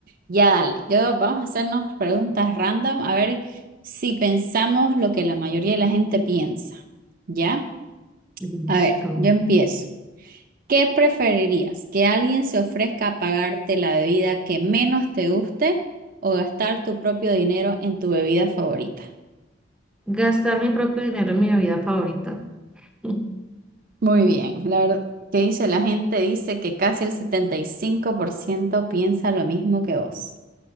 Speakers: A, on the right (about 45°); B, in the centre.
A: Ya, dale. Yo vamos a hacernos preguntas random a ver si pensamos lo que la mayoría de la gente piensa. ¿Ya?
B: Listo.
A: A ver, yo empiezo. ¿Qué preferirías? ¿Que alguien se ofrezca a pagarte la bebida que menos te guste o gastar tu propio dinero en tu bebida favorita?
B: Gastar mi propio dinero en mi bebida favorita. <laughs>
A: Muy bien, la verdad, ¿qué dice la gente? Dice que casi el 75% piensa lo mismo que vos.